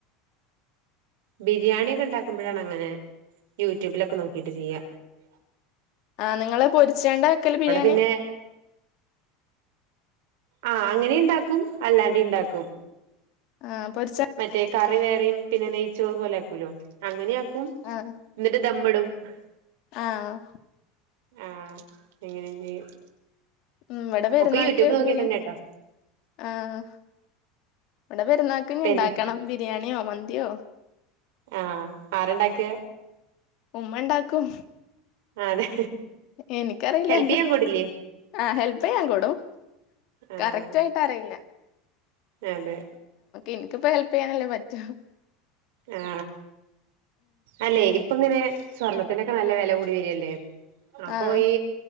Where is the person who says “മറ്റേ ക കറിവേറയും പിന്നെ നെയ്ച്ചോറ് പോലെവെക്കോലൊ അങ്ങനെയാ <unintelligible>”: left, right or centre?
Right